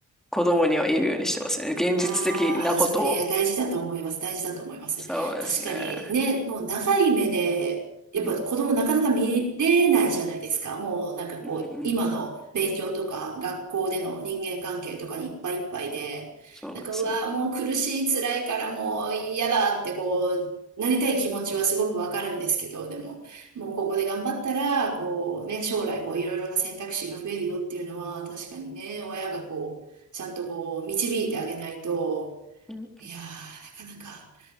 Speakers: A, in the centre; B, on the right.
A: 子供には言うようにしてますね。現実的なことを。
B: あーあー、それ、いや、大事だと思います。大事だと思います。
A: そうですね。
B: 確かにね、もう長い目で、やっぱ子供なかなか見れないじゃないですか。
A: うん。
B: もうなんかこう、
A: うんうん。
B: 今の勉強とか、学校での人間関係とかにいっぱいいっぱいで、
A: そうなんですよね。
B: なんか、うわー、もう苦しい、辛いからもう嫌だってこう、なりたい気持ちはすごくわかるんですけど、でも、もうここで頑張ったら、こうね、将来こういろいろな選択肢が増えるよっていうのは、確かにね、親がこう、ちゃんとこう、導いてあげないと、
A: うん
B: いやー、なかなか